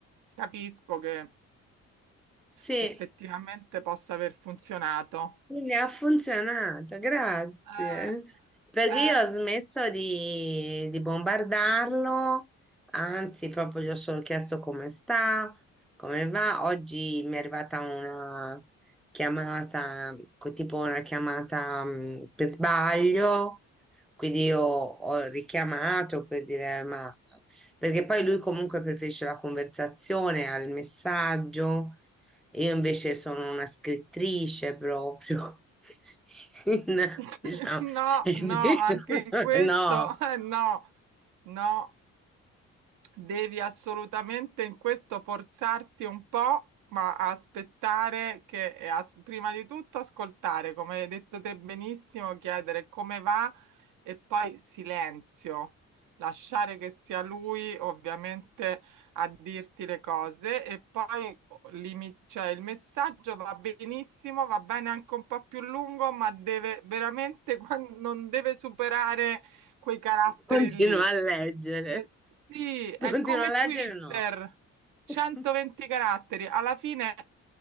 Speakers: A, on the right (about 50°); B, in the centre.
A: capisco che
B: Sì,
A: effettivamente possa aver funzionato.
B: Quindi ha funzionato, grazie.
A: Eh,
B: Perché
A: eh,
B: io ho smesso di, di bombardarlo, anzi, proprio gli ho solo chiesto come sta, come va. Oggi mi è arrivata una chiamata, co- tipo una chiamata mh, per sbaglio, quindi io ho richiamato per dire, ma perché poi lui comunque preferisce la conversazione al messaggio. Io invece sono una scrittrice proprio. <laughs> In-
A: <laughs>
B: diciamo,
A: No,
B: <laughs>
A: no, anche in questo,
B: no,
A: eh, no, no. Devi assolutamente in questo forzarti un po', ma aspettare che, e as- prima di tutto ascoltare, come hai detto te benissimo, chiedere come va e poi silenzio, lasciare che sia lui ovviamente a dirti le cose e poi oh, limi- cioè, il messaggio va benissimo, va bene anche un po' più lungo, ma deve veramente, <laughs> non deve superare quei caratteri
B: continuo
A: lì.
B: a leggere.
A: Eh, sì, è
B: Continuo
A: come
B: a leggere,
A: Twitter,
B: no.
A: 120
B: <laughs>
A: caratteri. Alla fine